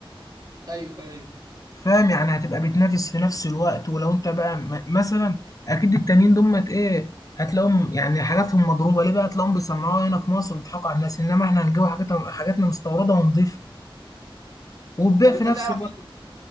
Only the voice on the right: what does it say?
ايوه ايوه
طب
انت
تعرف
حد